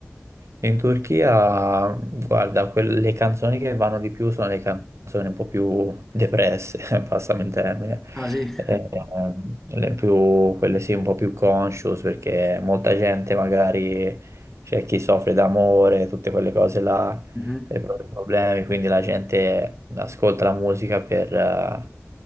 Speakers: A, on the right; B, in the centre.
A: In Turchia, guarda, quelle canzoni che vanno di più sono le canzoni un po' più depresse, <laughs> passami il termine,
B: Ah, sì.
A: Eh, ehm, le più- quelle sì un po' più conscious perché molta gente magari c'è chi soffre d'amore, tutte quelle cose là,
B: <laughs> Mhm.
A: i propri problemi, quindi la gente ascolta la musica per... eh,